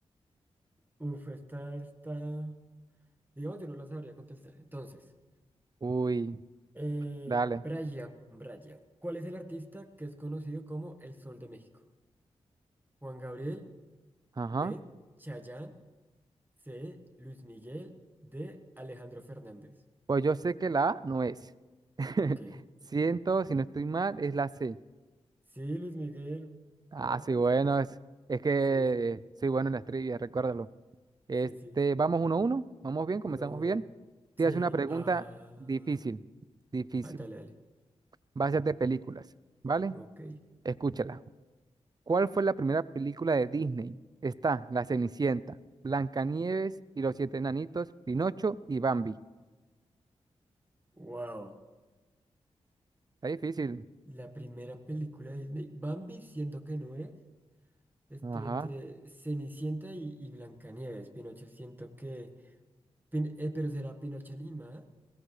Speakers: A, on the right; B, on the right.
A: Uf, esta, esta. Digamos, yo no la sabría contestar. Entonces.
B: Uy,
A: Eh,
B: dale.
A: Brian, Brian, ¿cuál es el artista que es conocido como el Sol de México? Juan Gabriel,
B: Ajá.
A: B, Chayanne, C, Luis Miguel, D, Alejandro Fernández.
B: Pues yo sé que la A no es. <laughs>
A: Ok.
B: Siento, si no estoy mal, es la C.
A: Sí, Luis Miguel.
B: Ah,
A: Wow,
B: sí,
A: ¿cómo
B: bueno,
A: sabes?
B: es, es que
A: Sí, sí,
B: soy bueno en las trivias, recuérdalo. Este,
A: sí, sí.
B: vamos uno a uno. Vamos bien, comenzamos
A: Uno a uno.
B: bien. Te
A: Sí,
B: hace una pregunta
A: ah,
B: difícil, difícil.
A: ah, dale, dale.
B: Va a ser de películas, ¿vale?
A: Ok.
B: Escúchala. ¿Cuál fue la primera película de Disney? Está La Cenicienta, Blancanieves y los siete enanitos, Pinocho y Bambi.
A: Wow.
B: Está difícil.
A: La primera película de Disney. Bambi, siento que no es. Estoy
B: Ajá.
A: entre Cenicienta y, y Blancanieves. Pinocho siento que... Pin- eh, pero será Pinocho animada.